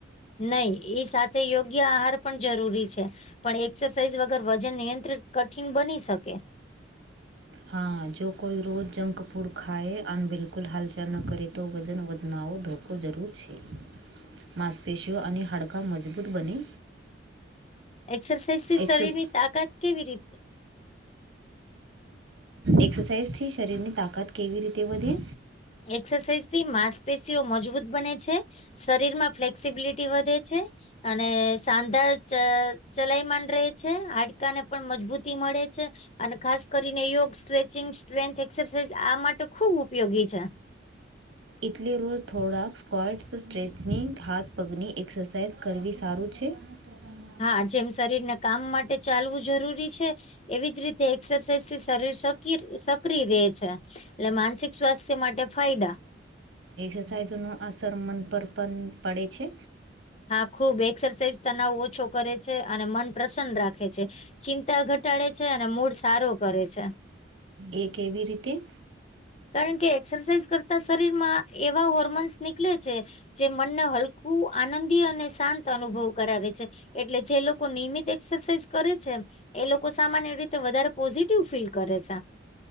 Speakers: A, on the left; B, on the right.
A: નહી એ સાથે યોગ્ય આહાર પણ જરૂરી છે. પણ એક્સરસાઇઝ વગર વજન નિયંત્રિત કઠિન બની શકે.
B: હા જો કોઈ રોજ જંક ફૂડ ખાાય અને બિલકુલ હાલચાલ ન કરે તો વજન વધનાઓ ધોખો જરૂર છે માંસપેશીઓ અને હડકાં મજબૂત બને.
A: એક્સરસાઇઝ થી
B: એક્સસ
A: શરીર ની તાકાત કેવી રીતે
B: એક્સરસાઇઝથી શરીરની તાકાત કેવી રીતે વધે.
A: એક્સરસાઇઝ થી માંસપેશીઓ મજબૂત બને છે. શરીર માં ફ્લેક્સિબિલિટી વધે છે. અને સાંધા ચલાયમાન રહે છે હાડકા ને પણ મજબૂતી મળે છે. અને ખાસ કરીને યોગ સ્ટ્રેચિંગ સ્ટ્રેન્થ એક્સરસાઝ આ માટે ખુબ ઉપયોગી છે.
B: એટલે રોજ થોડાક સ્ક્વૉટ્સ સ્ટ્રેચનિંગ હાથ પગની એક્સરસાઇઝ કરવી સારું છે. તો અ <unintelligible>
A: હા જેમ શરીરને કામ માટે ચાલવું જરૂરી છે. એવી જ રીતે એક્સરસાઇઝ થી શરીર સક્રિય રહે છે એટ માનસિક સ્વાસ્થ્ય માટે ફાયદા
B: એક્સરસાઇઝ ન અસર મન પર પણ પડે છે.
A: હા ખુબ એક્સરસાઇઝ તનાવ ઓછો કરે છે અને મન પ્રસન્ન રાખે છે ચિંતા ઘટાડે છે અને મૂડ સારો કરે છે
B: એ કેવી રીત ના
A: કારણ કે એક્સરસાઇઝ કરતા શરીર માં એવા હોર્મોન્સ નીકળે છે જે મનને હલકું આનંદી અને શાંત અનુભવ કરાવે છે એટલે જે લોકો નિયમિત એક્સરસાઇઝ કરે છેમ. એ લોકો સામાન્ય રીતે વધારે પોઝિટિવ ફીલ કરે છે.